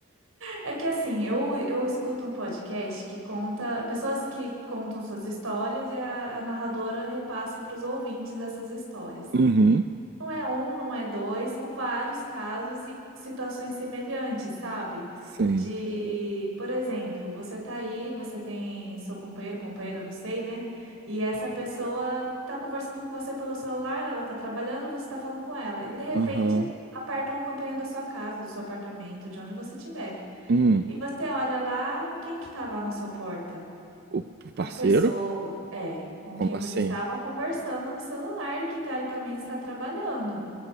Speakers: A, on the right (about 80°); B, on the right (about 50°).
A: É que assim, eu, eu escuto um podcast que conta, pessoas que contam suas histórias e a, a narradora repassa para os ouvintes essas histórias.
B: Uhum.
A: Não é um, não é dois, são vários casos e situações semelhantes, sabe?
B: Sim.
A: De, por exemplo, você tá aí, você tem seu companheiro, companheira, não sei, né? E essa pessoa tá conversando com você pelo celular, ela tá trabalhando, você tá falando com ela. E de repente
B: Aham.
A: apertam a campainha da sua casa, do seu apartamento, de onde você estiver.
B: Hum.
A: E você olha lá, quem que tá lá na sua porta?
B: O o
A: A
B: parceiro?
A: pessoa, é, com
B: Como
A: quem você
B: assim?
A: estava conversando no celular e que teoricamente está trabalhando.